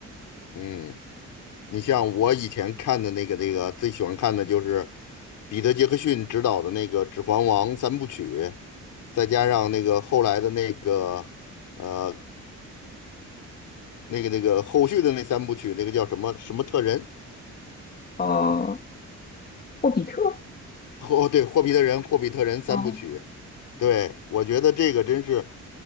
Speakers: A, on the left (about 85°); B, on the left (about 30°).
A: 嗯。你像我以前看的那个那个最喜欢看的就是彼得·杰克逊执导的那个《指环王》三部曲，再加上那个后来的那个呃那个那个后续的那三部曲，那个叫什么什么特人？
B: 呃，霍比特，
A: 霍对霍比特人，霍比特人三部曲。
B: 哦，
A: 对，我觉得这个真是